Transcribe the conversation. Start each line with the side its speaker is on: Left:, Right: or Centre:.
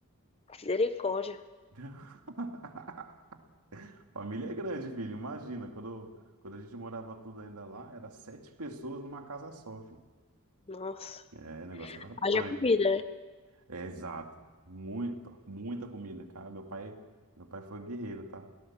Left: Misericórdia.
Right: <laughs> Família é grande, filho. Imagina, quando, quando a gente morava tudo ainda lá, era sete pessoas numa casa só, filho.
Left: Nossa,
Right: É, o negócio era punk.
Left: haja comida, né?
Right: É, exato. Muita, muita comida, cara. Meu pai, meu pai foi guerreiro, tá?